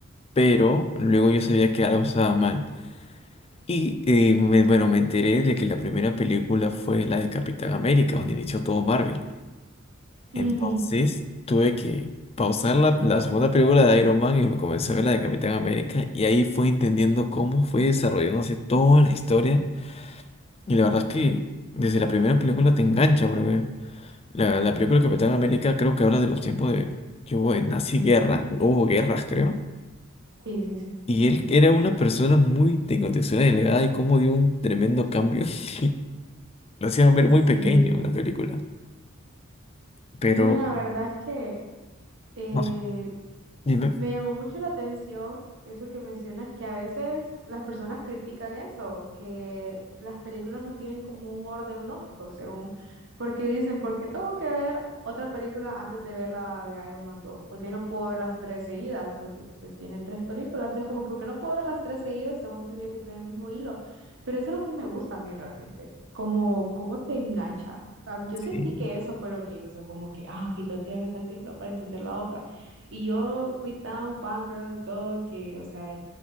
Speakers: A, on the left; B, on the right.
A: pero luego yo sabía que algo estaba mal. Y eh, me- bueno, me enteré de que la primera película fue la de Capitán América, donde inició todo Marvel. Entonces
B: Ujú,
A: tuve que pausar la, la segunda película de Iron Man y me comencé a ver la de Capitán América, y ahí fui entendiendo cómo fue desarrollándose toda la historia Y la verdad es que desde la primera película te engancha, porque la, la película Capitán América creo que habla de los tiempos de que hubo de nazi guerra, hubo guerras creo,
B: Sí, sí, sí.
A: y él era una persona muy de contextura delgada y cómo dio un tremendo cambio. <laughs> Lo hacían ver muy pequeño
B: Sí,
A: en la película, pero
B: No, la verdad es que eh,
A: no sé, dime.
B: me llamó mucho la atención eso que mencionas, que a veces las personas critican eso, que las películas no tienen como un orden lógico, según, porque dicen, ¿por qué tengo que ver otra película antes de ver la de Iron Man dos ¿Por qué no puedo ver las tres seguidas? Porque pues tiene tres películas, entonces como que ¿por qué no puedo ver las tres seguidas? Según tendría que tener el mismo hilo. Pero eso es lo que me gusta a mí realmente, como cómo te engancha. Ah, Yo sentí
A: Sí,
B: que eso fue lo que hizo, como que, ah, aquí tengo que verme tal película para entender la otra. Y yo fui tan fangirl y todo que, o sea,